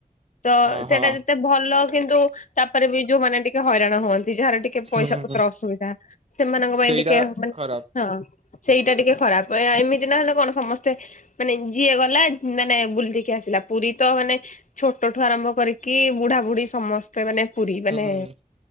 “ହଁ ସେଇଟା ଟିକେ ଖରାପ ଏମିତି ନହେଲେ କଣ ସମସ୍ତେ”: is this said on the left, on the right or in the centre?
Left